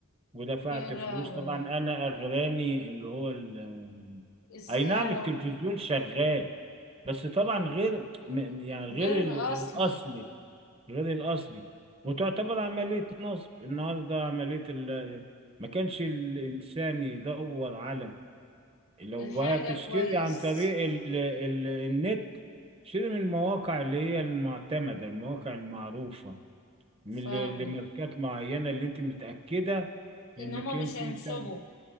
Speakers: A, on the right; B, on the left.
A: ودفعت
B: يا لهوي
A: فلوس طبعا انا اغراني اللي هو ال-
B: السعر
A: آه، اي نعم التلفزيون شغال بس طبعا غير م- يعني
B: غير
A: غير ال-
B: الأصلي
A: الاصلي غير الأصلي وتعتبر عملية نصب النهاردة عملية ال... ما كانش الإنسان يدور على لو
B: الحاجة
A: هتشتري
B: كويس
A: عن طريق ال... ال... النت شتري من المواقع اللي هي المعتمدة المواقع المعروفة من
B: فاهمة
A: اللي اللي ماركات معينة اللي انت متأكدة انك
B: إن هما مش
A: انت
B: هينصبوا
A: بتاع ده،